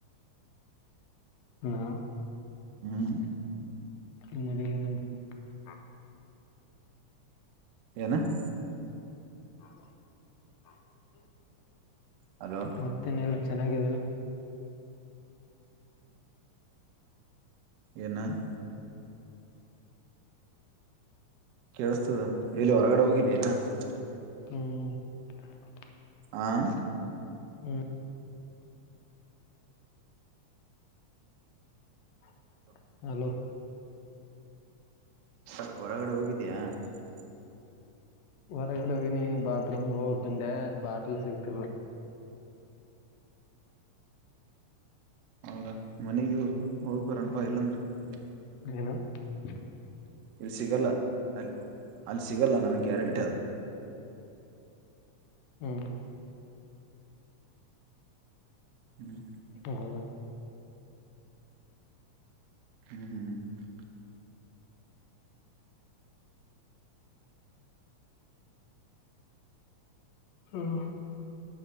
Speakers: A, on the left; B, on the right.
A: ಹಲೋ <unintelligible>
B: ಹೂ <unintelligible>
A: ನಿಮ್ಮ ಹುಡುಗಿ ಏನ ಅಂತಾಳ? <unintelligible>
B: ಏನ್ <unintelligible>
A: <unintelligible> <inaudible>
B: ಹಲೋ
A: ಮತ್ತೇನ ಎಲ್ಲ ಚೆನ್ನಾಗಿದರಾ? <unintelligible>
B: ಏನಾ <unintelligible> ಕೇಳಿಸತದ ಎಲ್ಲಿ ಹೊರಗಡೆ ಹೋಗಿದಯಾ? <unintelligible>
A: ಹೂ <unintelligible>
B: ಆ <unintelligible>
A: ಹೂ <unintelligible> <unintelligible> ಹಲೋ?
B: ಸರ್ ಹೊರಗಡೆ ಹೋಗಿದಯಾ? <unintelligible>
A: ಹೊರಗಡೆ ಹೋಗನಿ ಬಾತ್ರೂಮ ಹೋಗ ಬೇಕ್ ಬಂದೇ ಬಾಟ್ಲ್ ಸಿಗ್ತಿಲ? <unintelligible>
B: ಹೌದಾ ಮನಿಗೂ ಹೋಗ್ ಬರೋಣ ಬಾ ಇಲ್ಲಾಂದ್ರ? <unintelligible>
A: ಏನು? <unintelligible>
B: ಇಲ್ಲಿ ಸಿಗಲ್ಲ ಅಲ ಅಲ್ಲಿ ಸಿಗಲ್ಲ ನನಗೇ ಗ್ಯಾರಂಟಿ ಅದ, <unintelligible>
A: <unintelligible> ಹೂ
B: ಹು <unintelligible>
A: ಹೌದಾ? <unintelligible>
B: ಹು ಹು <unintelligible>
A: ಹಾ <unintelligible>